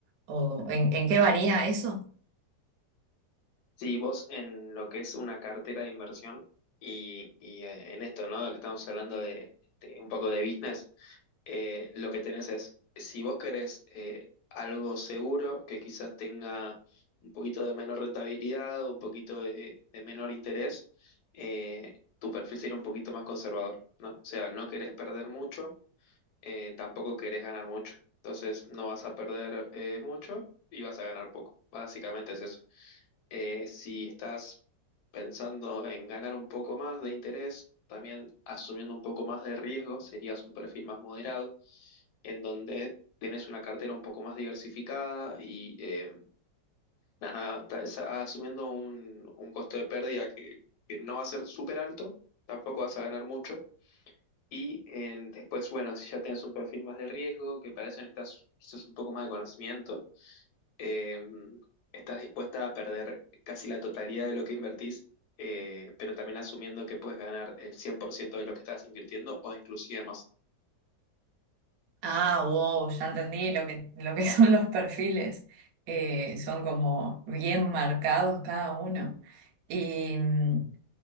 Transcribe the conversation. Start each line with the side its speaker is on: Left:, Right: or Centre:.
Right: o en, en qué varía eso.
Left: Si vos en lo que es una cartera de inversión y, y, eh, en esto, ¿no? Que estamos hablando de, de un poco de business, eh, lo que tenés es, si vos querés eh, algo seguro que quizás tenga un poquito de menor rentabilidad, un poquito de, de menor interés, eh, tu perfil sería un poquito más conservador, ¿no? O sea, no querés perder mucho, eh, tampoco querés ganar mucho. Entonces no vas a perder eh, mucho y vas a ganar poco. Básicamente es eso. Eh, si estás pensando en ganar un poco más de interés, también asumiendo un poco más de riesgo, serías un perfil más moderado, en donde tenés una cartera un poco más diversificada y eh, nada, ta- es- asumiendo un, un costo de pérdida que, que no va a ser súper alto, tampoco vas a ganar mucho, y eh, después, bueno, si ya tienes un perfil más de riesgo, que para eso necesitas quizás un poco más de conocimiento, eh, estás dispuesta a perder casi la totalidad de lo que invertís, eh, pero también asumiendo que puedes ganar el 100% de lo que estás invirtiendo o inclusive más.
Right: Ah, wow, ya entendí lo que, lo que <laughs> son los perfiles. Eh, son como bien marcados cada uno. Y mm,